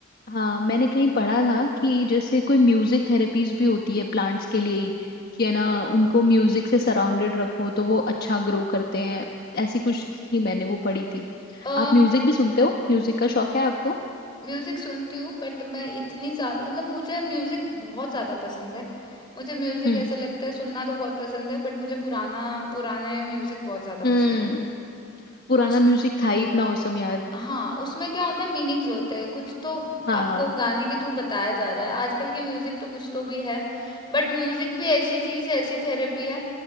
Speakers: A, on the left (about 45°); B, on the left (about 20°).
A: हाँ मैंने कहीं पढ़ा था कि
B: हम्म,
A: जैसे कोई म्यूजिक थेरेपीज भी होती है प्लांट्स के लिए ही कि है ना उनको म्यूजिक से सराउंडेड रखो तो वो अच्छा ग्रो करते हैं ऐसी कुछ थी मैंने वो पढ़ी थी
B: अ
A: आप म्यूजिक भी सुनते हो म्यूजिक का शौक है आपको
B: म्यूजिक uh, सुनती हूँ बट मैं इतनी ज्यादा मतलब मुझे म्यूजिक बहुत ज्यादा पसंद है मुझे म्यूजिक
A: हम्म
B: ऐसा लगता है सुनना तो बहुत पसंद है बट मुझे पुराना पुराने म्यूजिक बहुत ज्यादा
A: हम्म
B: पसंद है
A: पुराना
B: उस
A: म्यूजिक था ही इतना औसम यार
B: हाँ उसमें क्या होता है मीनिंग्स होते हैं कुछ तो
A: हाँ
B: आपको गाने के थ्रू बताया जा रहा है आजकल के म्यूजिक तो कुछ तो भी है बट म्यूजिक भी ऐसी चीज है ऐसी थेरेपी है